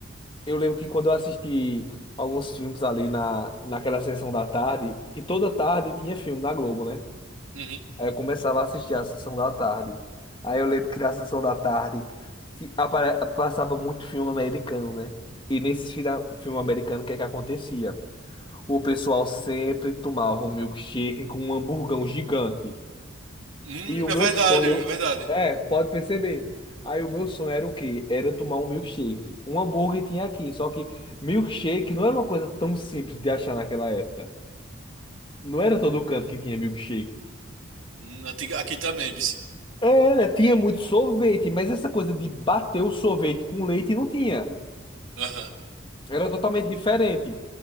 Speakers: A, on the left; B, on the right.
A: Eu lembro que quando eu assisti alguns filmes ali na, naquela sessão da tarde, que toda tarde tinha filme na Globo, né?
B: Uhum.
A: Aí eu começava a assistir a sessão da tarde. Aí eu lembro que na sessão da tarde ti- apare- passava muito filme americano, né? E nesse fila- filme americano, o que é que acontecia? O pessoal sempre tomava um milkshake com um hamburgão gigante.
B: Hum,
A: E o
B: é
A: meu
B: verdade,
A: sonho,
B: é verdade.
A: é, pode perceber. Aí o meu sonho era o quê? Era tomar um milkshake. Um hambúrguer tinha aqui, só que milkshake não era uma coisa tão simples de achar naquela época. Não era todo canto que tinha milkshake.
B: Hum, antiga- aqui também, viu?
A: Era, tinha muito sorvete, mas essa coisa de bater o sorvete com leite não tinha.
B: Aham.
A: Era totalmente diferente.